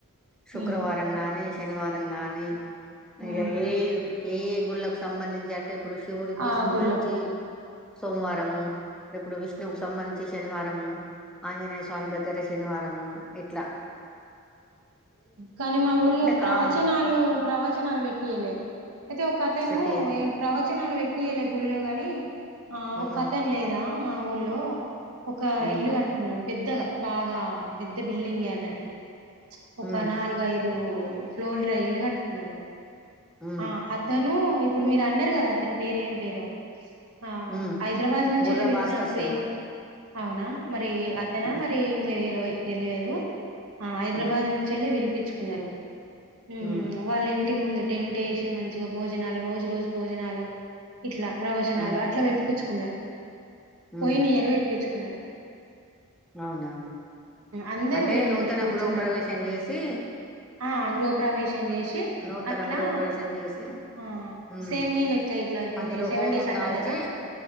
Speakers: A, in the centre; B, on the right (about 70°).
A: శుక్రవారం
B: హ్మ్
A: గాని శనివారం గాని
B: హ్మ్
A: ఇకా ఏ ఏ ఏ గుళ్ళకు సంబంధించి అంటే ఇప్పుడు శివుడికి
B: ఆ
A: సంబంధించి
B: గుళ్ళ
A: సోమవారము ఇప్పుడు విష్ణువుకు సంబంధించి శనివారము ఆంజనేయస్వామి దగ్గర శనివారము ఎట్లా
B: కానీ మా ఊర్లో ప్రవచనాలు
A: కామ్
B: ప్రవచనాలు పెట్టియ్య లే అయితే ఒక అతను
A: పెట్టి
B: ఏ ప్రవచ నాలు పెట్ యలే గుళ్ళో గాని ఆ
A: ఉమ్
B: ఒక అతన్ లేదా మాఊల్లో ఒక
A: ఉమ్
B: ఇల్లు కట్టుకున్నాడు పెద్దగా బాగా పెద్ద బిల్డింగే అన్నట్టు ఒక
A: ఉమ్
B: నాలుగు ఐదు ఫ్లోర్ ర ఇల్లు కట్టుకున్నాడు
A: ఉమ్
B: ఆ అతను ఇప్పుడు మీరు అన్నారు కదా అతని పేరు ఏం పేరో ఆ
A: ఉమ్
B: హైదరాబాద్ నుంచేళ్ళి
A: బుర్ర
B: వెళ్ళిపెనంకే
A: భాస్కర్ శర్మ
B: అవునా మరి అతనా
A: ఉమ్
B: మరి ఇంకా ఎరువై తెలియదు ఆ హైదరాబాద్
A: ఉమ్
B: నున్ వెళ్ళి పిలిపించు అన్నారు ఉ
A: ఉమ్
B: వాళ్ళ ఇం ఇంటి ముందు టెంట్ వేసి మంచిగా భోజనాలు రోజు రోజు భోజనాలు ఇట్లా ప్రవచనాలు
A: ఉమ్
B: అట్ల పెట్టిపిచ్ కున్నారు
A: ఉమ్.
B: పోయిన ఇయర్ పెట్టీపిచ్ కున్నారు
A: అవునా
B: అందరూ
A: అంటే
B: వెళ్ళిండ్రు
A: నూతన
B: కూర్చున్నారు.
A: గృహ ప్రవేశం చేసి
B: ఆ గృహప్రవేశం చేసి
A: నూతన
B: అట్లా
A: గృహ ప్రవేశం చేసి
B: ఆ
A: ఉమ్
B: సేమ్ మీ లేక్క ఇట్లా ఇప్పుడు
A: అందులో
B: మీరు సెవెన్
A: హోమం
B: డేస్ అన్నారు
A: కాల్చి
B: కదా